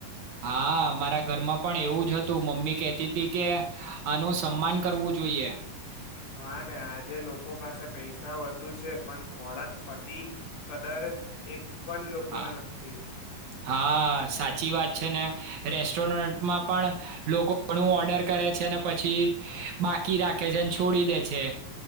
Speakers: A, on the right; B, on the left.
A: હા મારા ઘરમાં પણ એવું જ હતું મમ્મી કેહતી હતી કે આનું સન્માન કરવું જોઈએ
B: હા ને આજે લોકો પાસે પૈસા વધુ ું છે પણ ખોરાક પતિ કદર એક પણ લોકોને
A: હા
B: નથી
A: હા સાચી વાત છે ને રેસ્ટોરન્ટમાં પણ લોકો ઘણું ઓર્ડર કરે છે અને પછી બાકી રાખે છે અને છોડી દે છે